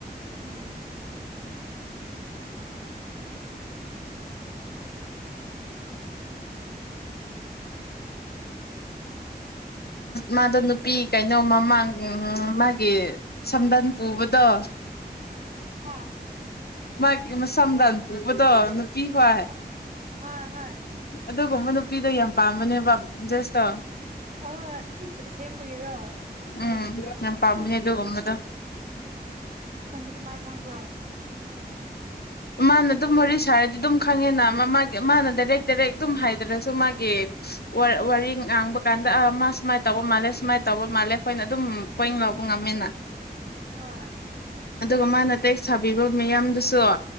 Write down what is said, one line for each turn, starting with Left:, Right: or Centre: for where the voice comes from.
Right: ꯎꯝ
Left: ꯃꯥꯗꯣ ꯅꯨꯄꯤ ꯀꯩꯅꯣ ꯃꯃꯥꯡ ꯃꯥꯒꯤ ꯁꯝꯗꯟ ꯄꯨꯕꯗꯣ
Right: ꯍꯥꯥ
Left: ꯃꯥꯒꯤ ꯁꯗꯥ ꯇꯨꯕꯨꯗ ꯄ ꯀ
Right: ꯍꯣ ꯍꯣꯏ ꯍꯣꯏ
Left: ꯑꯗꯨꯒꯨꯝꯕ ꯅꯨꯄꯤꯗꯣ ꯌꯥꯝ ꯄꯥꯝꯕꯅꯦꯕ ꯖꯦꯁꯇꯣ
Right: ꯑ ꯑꯩ ꯑꯁꯦꯡꯕꯒꯤꯔꯣ
Left: ꯎꯝ ꯌꯥꯝ ꯄꯝꯅ
Right: ꯑꯦ
Left: ꯑꯗꯨ ꯑꯣꯃꯗ <inaudible>
Right: ꯗꯤ ꯀꯃꯥꯏ ꯈꯪꯕ꯭ꯔꯣ
Left: ꯃꯥꯅ ꯑꯗꯨꯝ ꯋꯥꯔꯤ ꯁꯥꯔꯗꯤ ꯑꯗꯨꯝ ꯈꯪꯉꯤꯅ ꯃꯥꯒꯤ ꯃꯥꯅ ꯗꯥꯏꯔꯦꯛ ꯗꯥꯏꯔꯦꯛ ꯑꯗꯨꯝ ꯍꯥꯏꯗ꯭ꯔꯁꯨ ꯃꯥꯒꯤ ꯋꯥꯔꯤ ꯉꯥꯡꯕ ꯀꯥꯟꯗ ꯃꯥ ꯁꯨꯃꯥꯏꯅ ꯇꯧꯕ ꯃꯥꯜꯂꯦ ꯁꯨꯃꯥꯏꯅ ꯇꯧꯕ ꯃꯥꯜꯂꯦ ꯑꯩꯈꯣꯏꯅ ꯑꯗꯨꯝ ꯄꯣꯏꯟ ꯂꯧꯕ ꯉꯝꯃꯤꯅ
Right: ꯍꯣꯏ
Left: ꯑꯗꯨꯒ ꯃꯥꯅ ꯇꯦꯛꯁ ꯁꯥꯕꯤꯕ ꯃꯤꯌꯥꯝꯗꯨꯁꯨ